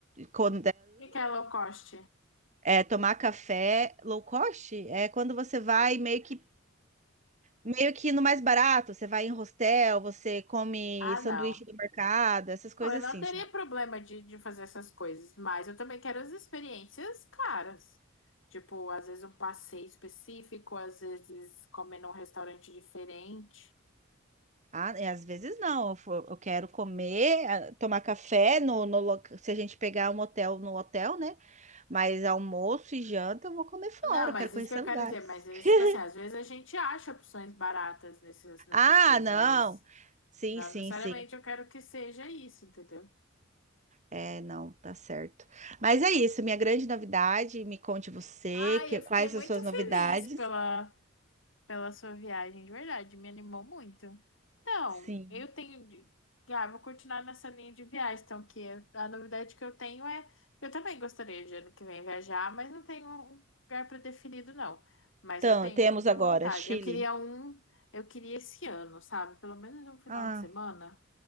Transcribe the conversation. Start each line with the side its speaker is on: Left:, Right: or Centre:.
Right: co-
Left: que que é low cost?
Right: é, é, tomar café low cost. É quando você vai
Left: É.
Right: meio que Meio que no mais barato, você vai em hostel, você come
Left: Ah,
Right: sanduíche
Left: não.
Right: do mercado, essas coisas
Left: Não, Eu não
Right: assim,
Left: teria
Right: sabe?
Left: problema de, de fazer essas coisas, mas eu também quero as experiências caras. Tipo, às vezes um passeio específico, às vezes comer num restaurante diferente.
Right: Ah, e às vezes não, eu fo- eu quero comer, ah, tomar café no, no loca- se a gente pegar um hotel no hotel, né? Mas almoço e janta eu vou comer fora,
Left: Não,
Right: eu
Left: mas
Right: quero conhecer
Left: isso que eu
Right: lugares.
Left: quero dizer, mas é,
Right: <laughs>
Left: tipo assim, às vezes a gente acha opções baratas nessas, nessas
Right: Ah,
Left: coisas,
Right: não.
Left: mas
Right: Sim,
Left: não
Right: sim,
Left: necessariamente
Right: sim.
Left: eu quero que seja isso, entendeu?
Right: É, não, tá certo. Mas é isso, minha grande novidade, me conte você,
Left: Ai,
Right: que,
Left: eu
Right: quais
Left: fiquei muito
Right: as suas
Left: feliz
Right: novidades?
Left: pela pela sua viagem, de verdade, me animou muito. Então,
Right: Sim.
Left: eu tenho. de- Ah, vou continuar nessa linha de viagens, então, que é, a novidade que eu tenho é. Eu também gostaria de ano que vem viajar, mas não tenho um lugar pré-definido, não. Mas
Right: Então,
Left: eu tenho
Right: temos
Left: muita
Right: agora
Left: vontade.
Right: Chile.
Left: Eu queria um. Eu queria esse ano, sabe? Pelo menos um final
Right: Ah.
Left: de semana,